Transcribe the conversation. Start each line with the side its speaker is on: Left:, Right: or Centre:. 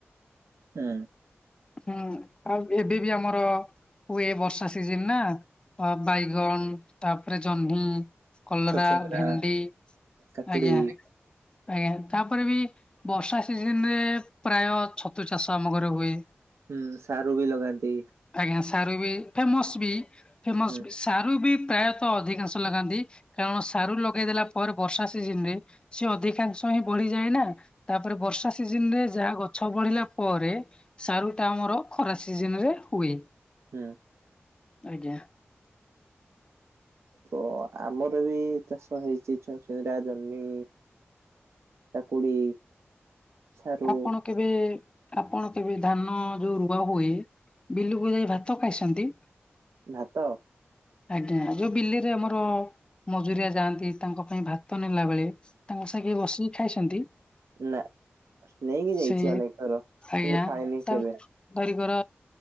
Right: ହୁଁ
Left: ହୁଁ ଆଉ ଏବେ ବି ଆମର ହୁଏ ବର୍ଷା ସିଜନ୍ ନା ଅ ବାଇଗଣ ତାପରେ ଜହ୍ନି କଲରା,
Right: ଛଚିନ୍ଦ୍ରା
Left: ଭେଣ୍ଡି,
Right: କାକୁଡି
Left: ଆଜ୍ଞା। ଆଜ୍ଞା ତାପରେ ବି ବର୍ଷା ସିଜିନରେ ପ୍ରାୟ ଛ ତୁ ଚାଷ ଆମ ଘରେ ହୁଏ।
Right: ହୁଁ ସାରୁ ବି ଲଗାନ୍ତି।
Left: ଆଜ୍ଞା ସାରୁ ବି ଫେମସ୍ ବି ଫେମସ୍
Right: ହୁଁ
Left: ବି, ସାରୁ ବି ପ୍ରାୟତଃ ଅଧିକାଂଶ ଲଗାନ୍ତି। କାରଣ ସାରୁ ଲଗେଇଦେଲା ପରେ ବର୍ଷା ସିଜିନରେ ସିଏ ଅଧିକାଂଶ ହିଁ ବଢ଼ିଯାଏ ନା। ତାପରେ ବର୍ଷା ସିଜିନରେ ଯାହା ଗଛ ବଢ଼ିଲା ପରେ ସାରୁଟା ଆମର ଖରା ସିଜିନରେ ହୁଏ,
Right: ହୁଁ।
Left: ଆଜ୍ଞା।
Right: ତ ଆମର ବି ଚାଷ ହେଇଛି ଚାଷ। <unintelligible> ଜହ୍ନି, କାକୁଡି ସାରୁ
Left: ଆପଣ କେବେ, ଆପଣ କେବେ ଧାନ ଯୋଉ ରୁଆ ହୁଏ ବିଲକୁ ଯାଇ ଭାତ ଖାଇସନ୍ତି?
Right: ଭାତ?
Left: ଆଜ୍ଞା ଯୋଉ ବିଲେରେ ଆମର ମଜୁରିଆ ଯାଆନ୍ତି ତାଙ୍କ ପାଇଁ ଭାତ ନେଲାବେଳେ ତାଙ୍କ ସାଙ୍ଗେ କେବେ ବସିକି ଖାଇଛନ୍ତି?
Right: ନାଁ, ନେଇକି ଯାଇଚି
Left: ସେ
Right: ଅନେକ ଥର
Left: ଆଜ୍ଞା
Right: କିନ୍ତୁ ଖାଇନି
Left: ତା
Right: କେବେ।
Left: ଧରିକର